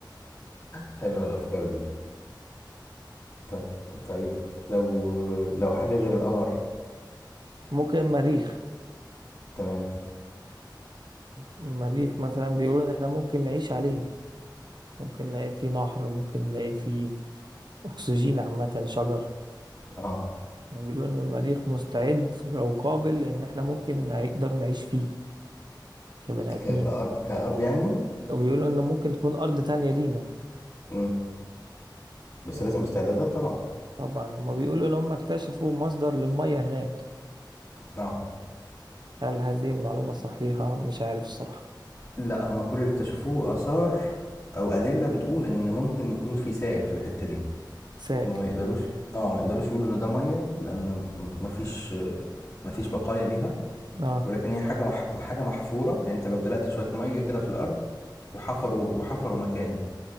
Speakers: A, on the left; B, on the right.
A: حلوة الافكار دي طيب طيب لو لو حاجة غير القمر
B: ممكن مريخ
A: تمام
B: المريخ مثلا بيقولوا إن إحنا ممكن نعيش عليه ممكن نلاقي فيه نهر ممكن نلاقي فيه أكسجين عامة شجر
A: اه
B: يعني بيقولوا إن المريخ مستعد أو قابل إن إحنا ممكن نقدر نعيش فيه كبني آدمين
A: ك... كارض
B: يعني
A: كارض يعني
B: وبيقولوا إن ممكن تكون أرض تانية لينا
A: مم. بس
B: يعني
A: لازم باستعدادات طبعا
B: طبعا هما بيقولوا ان هم اكتشفوا مصدر للمية هناك
A: اه
B: هل هذه المعلومة صحيحة مش عارف الصراحة
A: لا هما كل اللي اكتشفوه اثار او ادله بتقول ان ممكن يكون في سائل في الحته دي
B: سائل
A: هما ما يقدروش اه ما يقدروش يقولوا ان ده ميه لان م- مفيش آه، مفيش بقايا ليها
B: اه
A: ولكن هي حاجه مح... حاجه محفوره يعني انت لو دلقت شويه ميه كده في الارض وحفروا وحفروا مكان